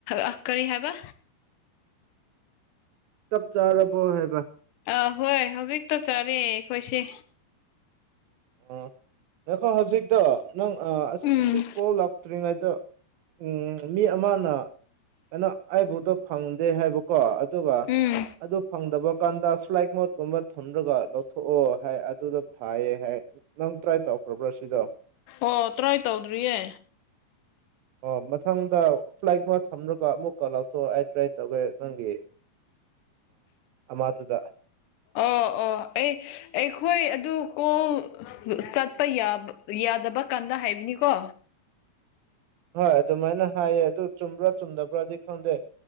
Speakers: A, on the left; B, on the right.
A: ꯑꯥ ꯀꯔꯤ ꯍꯥꯏꯕ
B: ꯆꯥꯛ ꯆꯥꯔꯕꯣ ꯍꯥꯏꯕ
A: ꯑ ꯍꯣꯏ ꯍꯧꯖꯤꯛꯇ ꯆꯠꯔꯦ ꯑꯩꯈꯣꯏꯁꯦ
B: ꯎꯝ ꯅꯈꯣ ꯍꯧꯖꯤꯛꯇ ꯅꯪ ꯑ ꯑꯁꯤ
A: ꯎꯝ
B: ꯑꯁꯤ ꯀꯣꯜ ꯂꯛ ꯇ꯭ꯔꯤꯉꯩꯗ ꯎꯝ ꯃꯤ ꯑꯃꯅ ꯀꯩꯅꯣ ꯑꯩꯕꯨꯗꯣ ꯐꯪꯗꯦ ꯍꯥꯏꯕꯀꯣ ꯑꯗꯨꯒ
A: ꯎꯝ
B: ꯑꯗꯨ ꯐꯪꯗꯕ ꯀꯥꯟꯗ ꯐ꯭ꯂꯥꯏ ꯃꯣꯠꯀꯨꯝꯕ ꯊꯨꯝꯔꯒ ꯂꯧꯊꯣꯛꯑꯣ ꯍꯥꯏ ꯑꯗꯨꯅ‌ ꯐꯩꯌꯦ ꯍꯥꯏ ꯅꯪ ꯇ꯭ꯔꯥꯏ ꯇꯧꯈ꯭ꯔꯕ꯭ꯔꯥ ꯁꯤꯗꯣ
A: ꯑꯣ ꯇ꯭ꯔꯥꯏ ꯇꯧꯗ꯭ꯔꯤꯌꯦ
B: ꯑꯣ ꯃꯊꯪꯗ ꯐ꯭ꯂꯥꯏꯠ ꯃꯣꯠ ꯊꯝꯔꯒ ꯑꯃꯨꯛꯀ ꯂꯧꯊꯣꯛ ꯑꯩ ꯇ꯭ꯔꯥꯏ ꯇꯧꯒꯦ ꯅꯪꯒꯤ ꯑ ꯃꯥꯗꯨꯗ
A: ꯑꯣ ꯑꯣ ꯑꯩ ꯑꯩꯈꯣꯏ ꯑꯗꯨ ꯀꯣꯡ ꯆꯠꯄ ꯌꯥꯎꯕ ꯌꯥꯗꯕ ꯀꯥꯟꯗ ꯍꯥꯏꯕꯅꯤꯀꯣ
B: ꯍꯣꯏ ꯑꯗꯨꯃꯥꯏꯅ ꯍꯥꯏꯌꯦ ꯑꯗꯨ ꯆꯨꯝꯕ꯭ꯔꯥ ꯆꯨꯝꯗꯕ꯭ꯔꯗꯤ ꯈꯪꯗꯦ